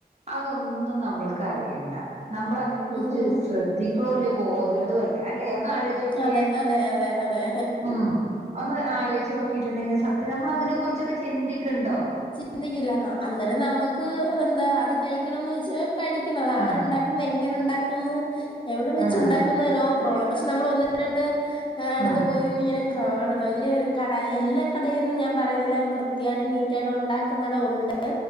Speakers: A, on the right; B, on the left.
A: അതൊന്നും നമ്മൾക്ക് അറിയണ്ട നമ്മൾ അതിനെ കുറിച്ച്
B: ഉം ഉം
A: ശ്രദ്ധിക്കുണൂല ബോധേ ദേടുല്ല അല്ലേ ആലോയ്ചോക്യേ
B: അതെ അതെ അതെ അതെ
A: ആഹ് ഒന്ന് ആലോയ്ച്ച് നോക്കിയേ ട്ടുണ്ടെങ്കിൽ സത്യ നമ്മൾ അതിനെ കുറിച്ചൊക്കെ ചിന്തിക്ക്ൻണ്ടോ
B: ചിന്തിക്കില്ലന്നാ അന്നേരം നമ്മക്ക് എന്താ അത് കഴിക്കണന്ന് വെച്ചാൽ കഴിക്കണം അത്
A: ആഹ്
B: ആരുണ്ടാക്കും എങ്ങനെണ്ടാക്കും ക്ക്ന്ന് എവിടെ വെച്ച്
A: ആഹ്
B: ണ്ടാക്കുന്നതിനോ പ്രോബ്ലം പക്ഷേ നമ്മൾ ഒന്ന് രണ്ട് ഞാൻ അടുത്ത്
A: ആഹ്
B: പോയി ഇര്ന്ന് ഇങ്ങനെ കാണണം അല്ലേ ഒരു കട എല്ലാ കടയൊന്നും ഞാൻ പറയുന്നില്ല വൃത്തിയായിട്ട് നീ റ്റായിട്ടും ഉണ്ടാക്കുന്നിടം ഒണ്ട്.